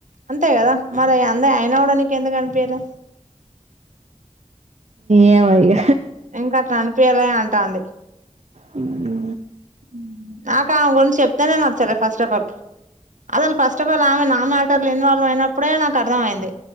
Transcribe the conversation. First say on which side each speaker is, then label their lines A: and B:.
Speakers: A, on the right (about 80°); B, on the right (about 65°).
A: అంతే కదా మరి అయన కూడా నీకు నీ కెందుకు అనిపియ్యలె
B: ఏమో ఇగ
A: ఇంకాట్ల అనిపియాలి అని అంటాంది
B: ఉ
A: ఉమ్ నాక ఆమె గుంచి చెప్తేనే నచ్చలే ఫస్ట్ ఆఫ్ ఆల్ అది వాల్ ఫస్ట్ ఆఫ అల్ వళ్ళమె నా మ్యాటర్లో ఇన్వాల్వ్ అయినప్పుడే నాకు అర్థమైంది